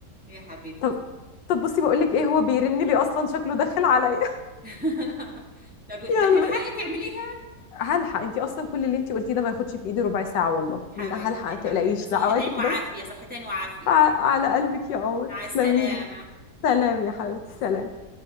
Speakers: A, in the centre; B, on the left.
A: يا حبيبتي
B: طب طب بصي بقول لك ايه هو بيرن لي اصلا شكله داخل عليا <laughs>
A: <laughs> طب هتلحقي
B: يلا
A: تعمليها
B: هلحق انت اصلا كل اللي انت قلتيه ده ما ياخدش في ايدي ربع ساعه والله
A: حبيبتي
B: لا هلحق ما تقلقيش
A: حبيبتي صحتين
B: دعواتك
A: وعافية
B: بس
A: صحتين وعافية
B: ع- على قلبك يا قمر
A: مع
B: تسلمي
A: السلامة
B: لي سلام يا حبيبتي
A: مع السلامة
B: سلام